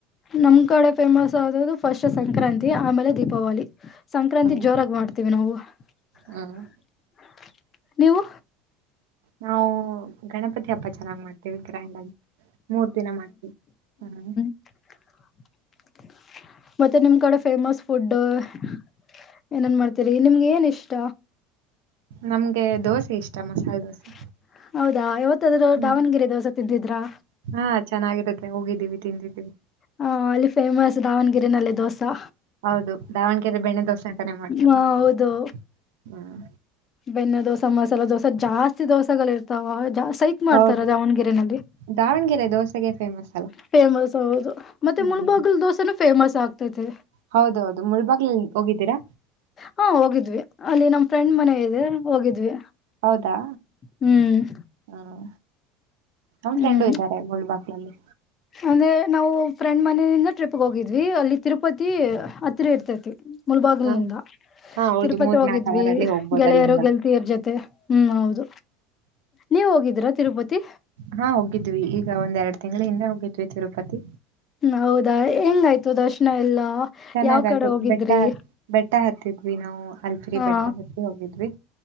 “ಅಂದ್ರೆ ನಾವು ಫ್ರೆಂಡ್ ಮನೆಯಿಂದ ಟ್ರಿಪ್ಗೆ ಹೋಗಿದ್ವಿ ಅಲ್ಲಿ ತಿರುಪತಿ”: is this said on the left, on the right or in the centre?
Left